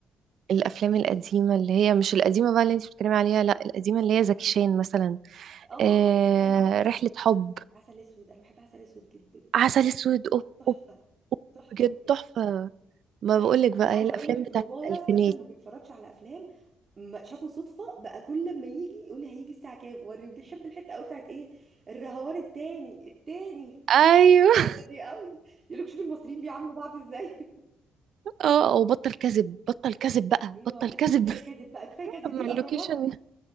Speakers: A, on the right; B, on the right.
A: الافلام القديمه اللي هي مش القديمه بقى اللي انت بتتكلمي عليها لا القديمه اللي هي زكي شان مثلا
B: اه
A: آه
B: افلام انا بحب
A: رحله حب
B: عسل اسود انا بحب عسل اسود جدا
A: عسل اسود اوب
B: تحفه
A: اوب أوب،
B: تحفه
A: بجد
B: بحب
A: تحفه ما
B: بحب
A: بقولك بقى
B: انا عايزه
A: هي الافلام
B: اقول لك ان
A: بتاعت
B: بابايا
A: الالفينات
B: اصلا ما بيتفرجش على افلام ما شافه صدفه بقى كل ما يجي يقول لي هيجي الساعه كام وريه بيحب الحته قوي بتاعت ايه الرهوان التاني التاني
A: ايوه
B: الحتة دي قوي يقول لك شوفي المصريين بيعاملوا بعض ازاي <laughs>
A: <laughs> اه وبطل كذب بطل كذب بقى
B: ايوه
A: بطل
B: ايوه
A: كذب
B: كفايه كذب بقى كفايه
A: <laughs>
B: كذب
A: اما
B: دي الاهرامات
A: اللوكيشن <laughs>